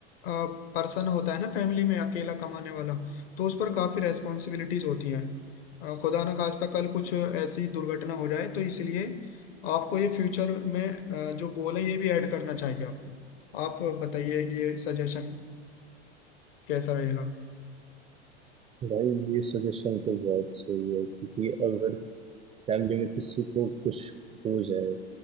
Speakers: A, on the left; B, on the right.
A: पर्सन होता है ना फैमिली में अकेला कमाने वाला तो उस पर काफ़ी रेस्पॉन्सिबिलिटीज होती हैं अ, खुदा ना खास्ता कल कुछ ऐसी दुर्घटना हो जाए तो इसलिए आपको ये फ्यूचर में अ, जो गोल है ये भी ऐड करना चाहिए आपको आप बताइए ये सजेशन कैसा रहेगा
B: भाई ये सजेशन तो बहुत सही है क्योंकि अगर फैमिली में किसी को कुछ हो जाए